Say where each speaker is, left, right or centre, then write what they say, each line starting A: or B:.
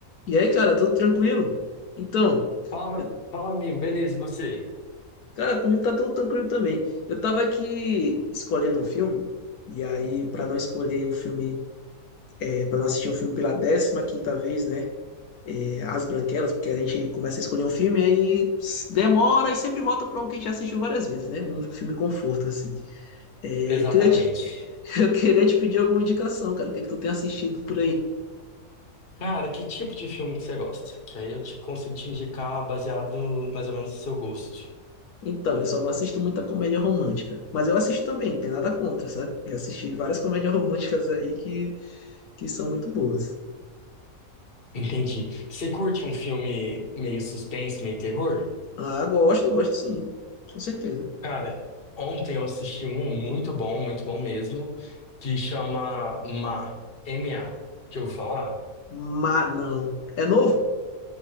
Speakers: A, on the left; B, on the left.
A: E aí, cara, tudo tranquilo? Então,
B: Fala,
A: eu-
B: fala, amigo. Beleza, e você?
A: cara, comigo tá tudo tranquilo também. Eu tava aqui escolhendo um filme, e aí, pra não escolher o filme, é, para não assistir um filme pela décima quinta vez, né? é, As Branquelas, porque a gente começa a escolher um filme, aí ps, demora e sempre volta pra um que a gente já assistiu várias vezes, né? Um filme conforto, assim. É,
B: Exatamente.
A: eu queria te, <laughs> eu queria te pedir alguma indicação, cara. O que que tu tem assistido por aí?
B: Cara, que tipo de filme que você gosta? Que aí eu te consigo te indicar baseado no- mais ou menos no seu gosto.
A: Então, eu só não assisto muita comédia romântica. Mas eu assisto também, não tem nada contra, sabe? Eu assisti várias comédias românticas aí que, que são muito boas.
B: Entendi. Você curte um filme meio suspense, meio terror?
A: Ah, gosto, gosto sim, com certeza.
B: Cara, ontem eu assisti um muito bom, muito bom mesmo, que chama Ma, M M.A. Já ouviu falar?
A: Mas não. É novo?